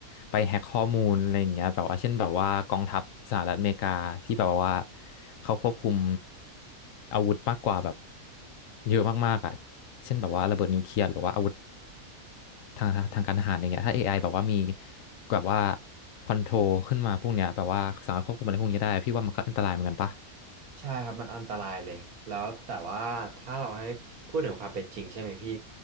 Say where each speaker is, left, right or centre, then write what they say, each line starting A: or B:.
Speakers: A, on the left; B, on the right.
A: ไปแฮ็กข้อมูลอะไรเงี้ยแบบว่าเช่นแบบว่ากองทัพสหรัฐอเมริกาที่แบบว่าเขาควบคุมอาวุธมากกว่าแบบเยอะมากๆอ่ะเช่นแบบว่าระเบิดนิวเคลียร์หรือว่าอาวุธ ทางทางการทหารอะไรเงี้ยถ้า AI แบบว่ามีแบบว่าคอนโทรลขึ้นมาพวกเนี้ยแบบว่าสามารถควบคุมอะไรพวกนี้ได้พี่ว่ามันก็อันตรายเหมือนกันปะ
B: ใช่ครับมันอันตรายเลยแล้วแต่ว่าถ้าเราให้พูดถึงความเป็นจริงใช่ไหมพี่